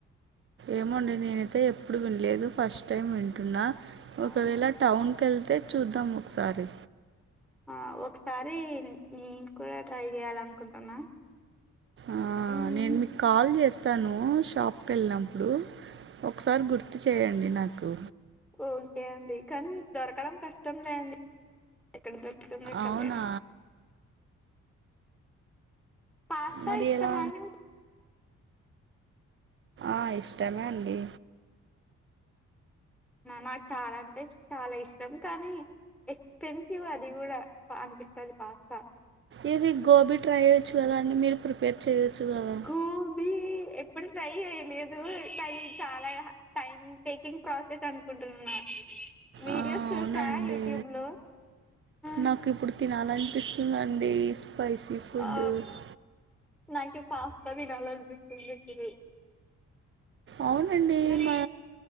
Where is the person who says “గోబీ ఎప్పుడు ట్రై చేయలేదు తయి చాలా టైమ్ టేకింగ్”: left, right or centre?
Centre